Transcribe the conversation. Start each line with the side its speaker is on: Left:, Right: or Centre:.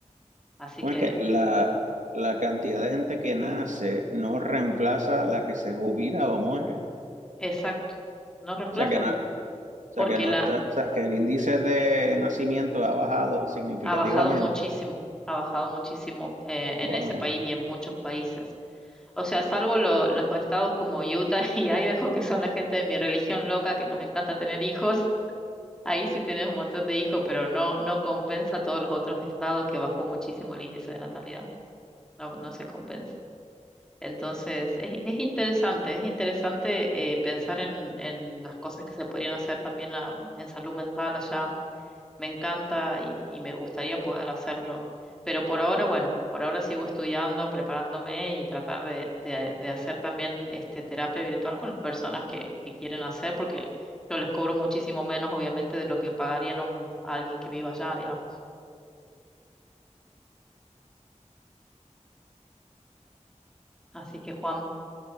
Centre: Así
Right: Bueno,
Centre: que,
Right: es que la, la cantidad de gente que nace no reemplaza la que se jubila o muere. O
Centre: exacto, no reemplaza,
Right: sea que no, o sea
Centre: porque
Right: que no
Centre: la
Right: está, o sea que el índice de nacimiento ha bajado significativamente.
Centre: ha bajado muchísimo, ha bajado muchísimo eh, en
Right: Wow.
Centre: ese país y en muchos países. O sea, salvo lo- los estados como Utah <laughs> y Idaho, que son la gente de mi religión loca, que nos encanta tener hijos, ahí sí tenés un montón de hijos, pero no, no compensa a todos los otros estados que bajó muchísimo el índice de natalidad, no, no se compensa. Entonces, es, es interesante, es interesante eh, pensar en, en las cosas que se podrían hacer también a- en salud mental allá me encanta y, y me gustaría poder hacerlo. Pero por ahora, bueno, por ahora sigo estudiando, preparándome y tratar de, de- de hacer también este, terapia virtual con las personas que, que quieren hacer, porque yo les cobro muchísimo menos, obviamente, de lo que pagarían a, un- a alguien que viva allá, digamos. Así que, Juan,